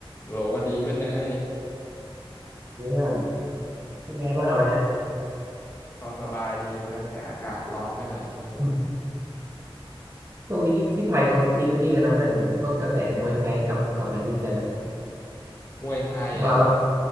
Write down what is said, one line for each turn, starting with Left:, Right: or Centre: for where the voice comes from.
Left: โหลหวัดดีเพื่อนเนย
Right: เพื่อนเป็นไงบ้างอะวันเนี้ย
Left: ก็สบายดีเพื่อนแต่อากาศร้อนไปหน่อยช่วงนี้
Right: อืมช่วงนี้ที่ที่ไทยเขาฮิตไอ้นี่กันนะเพื่อนพวกกระแสมวยไทยกลับกลับมาฮิตกันอ่ะ
Left: มวยไทยเหรอ
Right: ว่าปะ